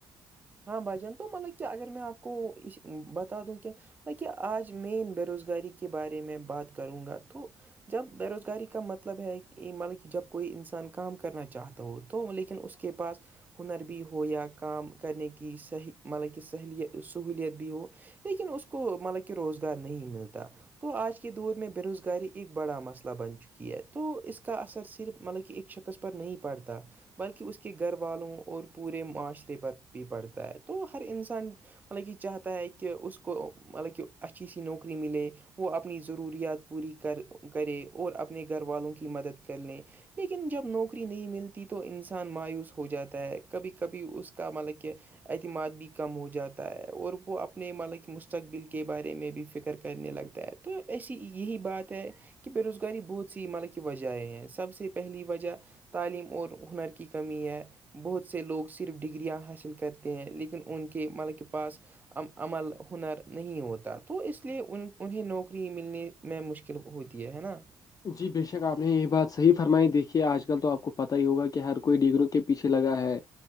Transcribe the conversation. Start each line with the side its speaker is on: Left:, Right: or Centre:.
Right: ہاں بھائی جان تو مطلب کہ اگر میں آپ کو بتا دوں کہ ب کیاہ آج مین بے روزگاری کے بارے میں بات کروں گا تو جب بے روزگاری کا مطلب ہے کہ مطلب کہ جب کوئی انسان کام کرنا چاہتا ہو تو لیکن اس کا کے پاس ہنر بھی ہو یا کام کرنے کی صحیح مطلب کہ سہلیت سہولیت بھی ہو لیکن اس کو مطلب کہ روزگار نہیں ملتا تو آج کے دور میں بے روزگاری ایک بڑا مسئلہ بن چکی ہے تو اس کا اثر صرف مطلب کہ ایک شکص قص پر نہیں پڑتا بلکہ اس کے گھر والوں اور پورے معاشرے پر بھی پڑھتا ہے تو ہر انسان مطلب یہ چاہتا ہے کہ اس کو مطلب کہ اچھی سی نوکری ملے وہ اپنی ضروریات پوری کر کرے اور اپنے گھر والوں کی مدد کر لیں لیکن جب نوکری نہیں ملتی تو انسان مایوس ہو جاتا ہے کبھی کبھی اس کا مطلب اعتماد بھی کم ہو جاتا ہے اور وہ اپنے ملک مستقبل کے بارے میں بھی پ فکر کرنے لگتا ہے تو ایسی یہی بات ہے کہ بے روزگاری بہت سی ملب کی وجہ ہیں سب سے پہلی وجہ تعلیم اور ہنر کی کمی ہے بہت سے لوگ صرف ڈگریاں حاصل حل کرتے ہیں لیکن ان کے مطلب کے پاس عمل ہنر نہیں ہوتا تو اس لیے ان انہیں نوکری ملنے میں مشکل ہوتی ہے ہے نا
Left: جی بے شک آپ نے یہ بات صحی فرمائی دیکھی ہے آج کل تو آپ کو پت ہی ہوگا کہ ہر کوئی ڈگروں کے پیچھے لگا ہے